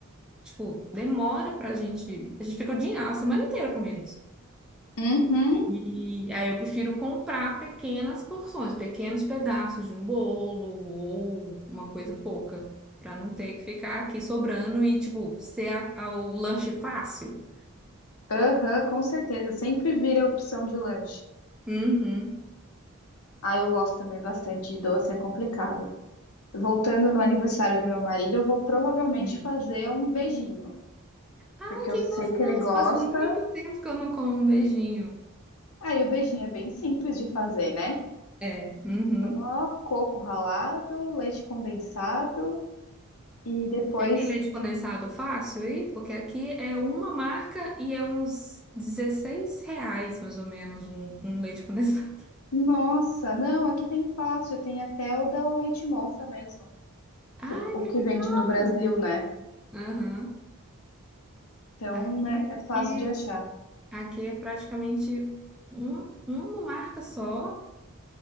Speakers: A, in the centre; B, on the left (about 75°).
A: tipo, demora pra gente. A gente fica o dia, a semana inteira comendo isso.
B: Uhum,
A: E aí eu prefiro comprar pequenas porções, pequenos pedaços de um bolo ou uma coisa pouca, para não ter que ficar aqui sobrando e, tipo, ser a- a- o lanche fácil.
B: aham, com certeza. Sempre vira a opção de lanche.
A: Uhum.
B: Ah, eu gosto também bastante de doce, é complicado. Voltando no aniversário do meu marido, eu vou provavelmente
A: Hum.
B: fazer um beijinho,
A: Ai,
B: porque
A: que
B: eu sei
A: gostoso!
B: que ele gosta.
A: Faz muito tempo que eu não como um beijinho.
B: Ah, e o beijinho é bem simples de fazer, né?
A: É, uhum.
B: Só coco ralado, leite condensado e depois.
A: Tem leite condensado fácil aí? Porque aqui é uma marca e é uns 16 reais, mais ou menos, um, um leite condensado. <laughs>
B: Nossa, não, aqui tem fácil, tem até o da leite moça mesmo,
A: Ai,
B: o, o
A: que
B: que
A: legal!
B: vende no Brasil, né?
A: Aham.
B: Então,
A: Aqui,
B: né, é
A: aqui,
B: fácil de achar.
A: aqui é praticamente um, uma marca só